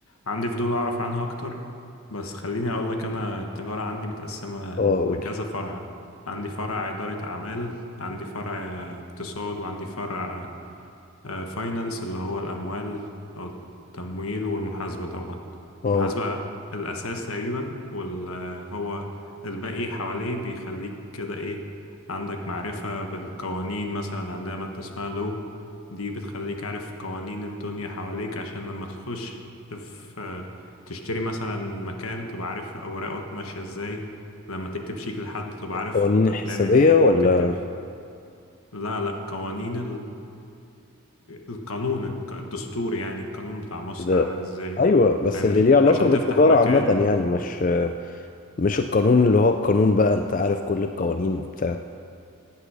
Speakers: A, on the left; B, on the left.
A: عندي فضول أعرف عنها أكتر بس خليني أقول لك أنا التجارة عندي متقسمة
B: اه قولي
A: لكذا فرع عندي فرع إدارة أعمال عندي فرع آه، اقتصاد وعندي فرع فاينانس اللي هو الأموال أو التمويل والمحاسبة طبعا
B: اه
A: المحاسبة الأساس تقريبا وهو الباقي حواليه بيخليك كده إيه عندك معرفة بالقوانين مثلا عندنا مادة اسمها لو دي بتخليك عارف قوانين الدنيا حواليك عشان لما تخش في تشتري مثلا مكان تبقى عارف أوراقه ماشية إزاي لما تكتب شيك لحد تبقى
B: القوانين
A: عارف أنت
B: الحسابية
A: بتعمل إيه
B: ولا
A: وبتكتب لا لا قوانين القانون الق- الدستور يعني القانون بتاع مصر
B: كده؟
A: عامل ازاي
B: أيوه بس
A: فاهمني
B: اللي ليه علاقة
A: عشان
B: بالتجارة
A: تفتح مكان
B: عامة يعني مش مش القانون اللي هو القانون بقى انت عارف كل القوانين وبتاع